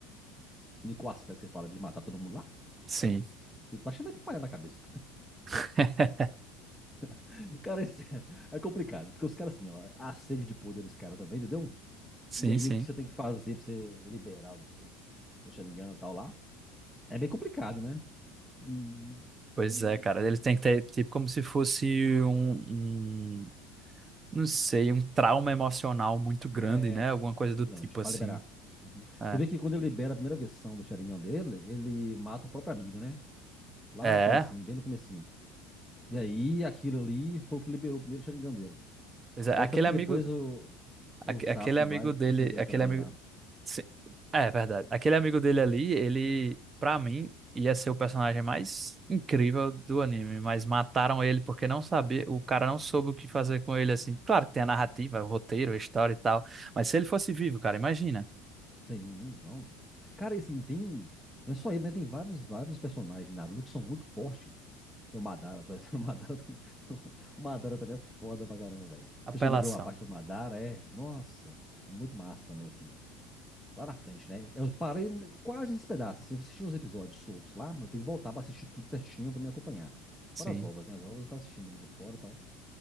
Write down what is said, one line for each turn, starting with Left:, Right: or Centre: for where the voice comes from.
Centre: Em qual aspecto você fala de matar todo mundo lá?
Right: Sim,
Centre: Eu tô achando meio atrapalhado na cabeça.
Right: <laughs>
Centre: <laughs> Cara, isso é, é complicado. Porque os caras, assim, ó, a sede de poder dos caras também, entendeu?
Right: sim,
Centre: E aí
Right: sim.
Centre: o que você tem que fazer pra você liberar os, os Sharingan e tal lá? É bem complicado, né? E.
Right: Pois
Centre: hum,
Right: é, cara, ele tem que ter, tipo, como se fosse um, um, não sei, um trauma emocional muito grande,
Centre: É,
Right: né? Alguma coisa do
Centre: grande,
Right: tipo
Centre: pra
Right: assim.
Centre: liberar. Uhum.
Right: É.
Centre: Você vê que quando ele libera a primeira versão do Sharingan dele, ele mata o próprio amigo, né? Lá
Right: É.
Centre: no comecinho, bem no comecinho. E aí, aquilo ali foi o que liberou o primeiro Sharingan dele.
Right: Pois é,
Centre: E
Right: aquele
Centre: é tanto que
Right: amigo,
Centre: depois o, o
Right: aque-
Centre: Sasuke
Right: aquele amigo
Centre: vai proceder
Right: dele, aquele
Centre: também
Right: amigo,
Centre: lá.
Right: sim, é verdade. Aquele amigo dele ali, ele, pra mim, ia ser o personagem mais incrível do anime, mas mataram ele porque não sabia, o cara não soube o que fazer com ele assim. Claro que tem a narrativa, o roteiro, a história e tal, mas se ele fosse vivo, cara, imagina.
Centre: Sim, não. Cara, e assim, tem. Não é só ele, né? Tem vários, vários personagens de Naruto que são muito fortes. Tem o Madara, por exemplo, <laughs> o Madara também. <laughs> O Madara também é foda pra caramba, velho.
Right: Apelação.
Centre: Você chegou a ver uma parte do Madara? É. Nossa, é muito massa também, assim. Lá na frente, né? Eu parei quase esse pedaço, assim. Eu assisti uns episódios soltos lá, mas eu tenho que voltar pra assistir tudo certinho pra me acompanhar.
Right: Sim.
Centre: Fora as ovas, né? As ovas eu tava assistindo também por fora e tal.